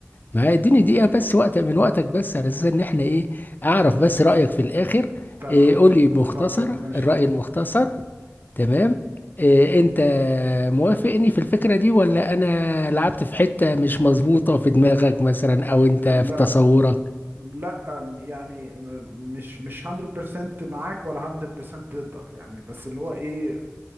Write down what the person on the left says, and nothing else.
ما اديني دقيقه بس وقت من وقتك بس على اساس ان احنا ايه اعرف بس رايك في الاخر
إيه قول لي مختصر
الراي المختصر تمام إيه انت موافقني في الفكره دي ولا انا لعبت في حته مش مظبوطه في دماغك مثلا او انت
في تصورك